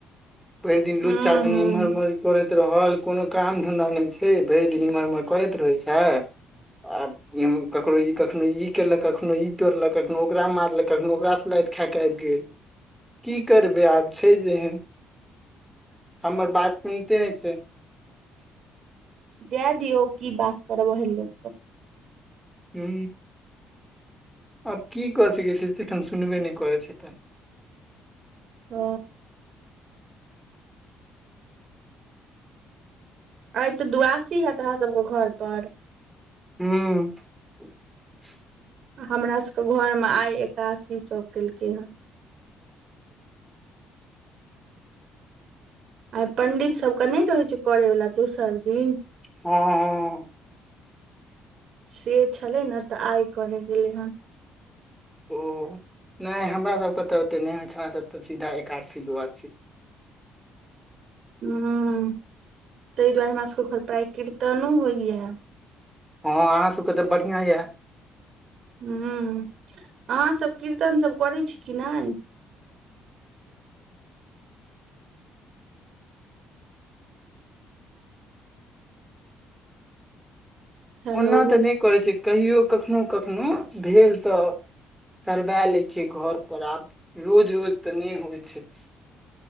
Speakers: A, in the centre; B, on the right.
A: भरि दिन
B: हूँ
A: लुच्चा
B: हूँ
A: इम्हरमर करैत रहल कोनो काम धंधा नहि छै। भरि दिन करैत रहै छै। आ ककरो ई कखनो ई केलक कखनो ई तोड़लक कखनो ओकरा मारलक कखनो ओकराँ खक आबि गेल की करबै आब छै जेहन। हमर बात सुनते नहि छै।
B: जाइ दियौ कि बात कर बल लोक तऽ
A: ह आब कि कऽ से छै से एखन सुनबे नहि करै छै तऽ
B: ओ। अ तऽ दुआसी हयत अहरा सभके घर पर
A: ह
B: हमरा सभके घर मे आइ एकासी सभ केलकै हे आइ पंडित सभके नहि रहैत छै करयवला दोसर दिन
A: ह ह
B: से छलै ने तऽ आइ करे गेलै हेन।
A: ओ नहि हमरा सभके त ओते नहि होइ छै हम सीधा एकादशी दुआ
B: ह ताहि दुआरे हमरा सभके घर प्रा कीर्तनो होइया
A: हँ अहाँ सभके तऽ बढ़िआ यए
B: ह अहाँ सभ कीर्तन सभ करै छी कि नहि हेलो
A: ओना तऽ नहि करै छै कहियो कखनोहु कखनहु भेल तऽ। करबा लै छियै घर पर आब रोज रोज तऽ नहि होइ छै।